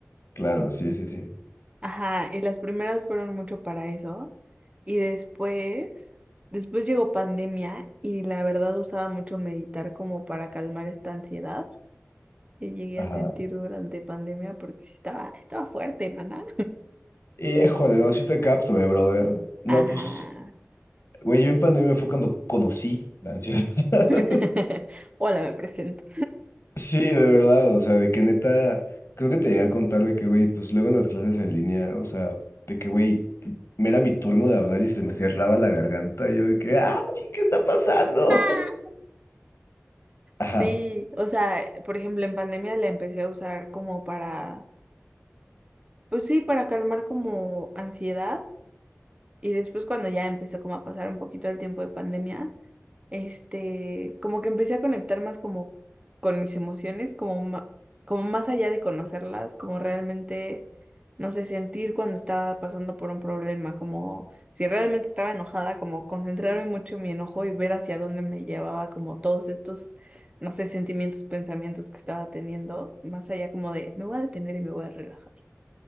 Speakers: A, on the left; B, on the right.
A: Claro, sí, sí, sí.
B: Ajá, y las primeras fueron mucho para eso. Y después, después llegó pandemia y la verdad usaba mucho meditar como para calmar esta ansiedad que llegué
A: Ajá.
B: a sentir durante pandemia porque sí estaba, estaba fuerte, maná.
A: Híjole, no, sí te capto, eh, brother. No,
B: Ajá.
A: pues, güey, yo en pandemia fue cuando conocí la ansiedad. <laughs>
B: <laughs> Hola, me presento.
A: Sí, de verdad, o sea, de que neta, creo que te llegué a contar de que, güey, pues luego en las clases en línea, o sea, de que, güey, me era mi turno de hablar y se me cerraba la garganta y yo de que, ay, ¿qué está pasando?
B: <laughs>
A: <laughs> Ajá,
B: Sí, o sea, por ejemplo, en pandemia la empecé a usar como para, pues sí, para calmar como ansiedad. Y después cuando ya empezó como a pasar un poquito el tiempo de pandemia, este, como que empecé a conectar más como con mis emociones, como, ma- como más allá de conocerlas, como realmente, no sé, sentir cuando estaba pasando por un problema, como si realmente estaba enojada, como concentrarme mucho en mi enojo y ver hacia dónde me llevaba como todos estos, no sé, sentimientos, pensamientos que estaba teniendo, más allá como de, me voy a detener y me voy a relajar.